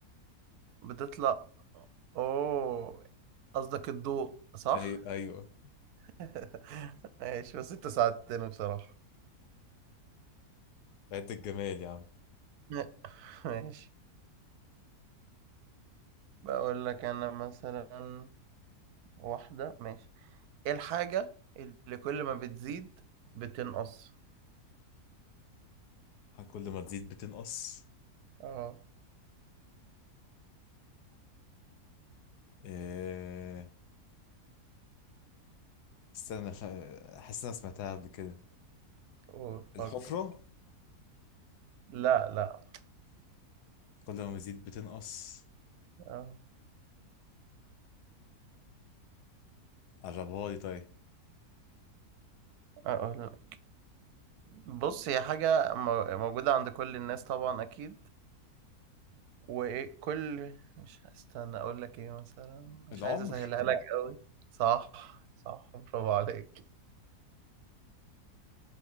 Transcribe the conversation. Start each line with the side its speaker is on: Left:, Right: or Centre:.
Right: بتطلع اوه قصدك الضوء صح
Left: ايوه ايوه
Right: <laughs> ماشي بس انت ساعدتني بصراحة
Left: عد الجمال يا عم
Right: <laughs> ماشي بقول لك انا مثلا واحدة ماشي ايه الحاجة اللي كل ما بتزيد بتنقص
Left: كل ما تزيد بتنقص
Right: اه
Left: إيه... استنى ف... احس إن انا سمعتها قبل كده
Right: قول فكر
Left: الحفرة
Right: لا لا
Left: كل ما تزيد بتنقص
Right: أه.
Left: قربها لي طيب
Right: أقول. بص هي حاجة م- موجودة عند كل الناس طبعا أكيد وإيه كل مش هستنى أقول لك إيه مثلا مش
Left: العمر
Right: عايز أسهلها لك أوي صح صح برافو عليك